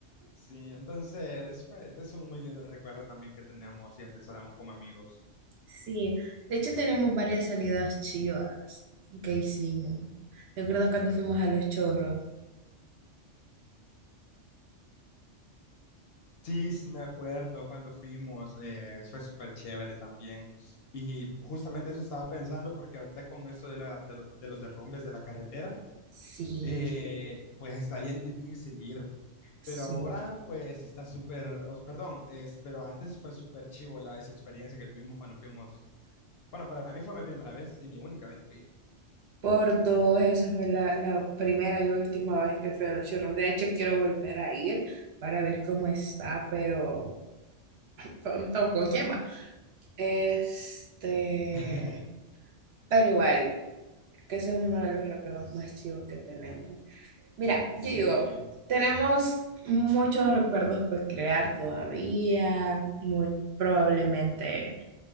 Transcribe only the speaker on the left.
Sí, entonces fue- es un muy lindo recuerdo también que tenemos y atesoramos como amigos.
Sí, sí, me acuerdo cuando fuimos, eh, fue súper chévere también. Y justamente eso estaba pensando, porque ahorita con eso de, la, de, lo- de los derrumbes de la carretera,
eh, pues está bien difícil ir.
Pero ahora, pues está súper, os- perdón, es- pero antes fue súper chivo la, esa experiencia que tuvimos cuando fuimos. Bueno, para mí fue mi primera vez y mi única vez que he ido.
<laughs>
Sí,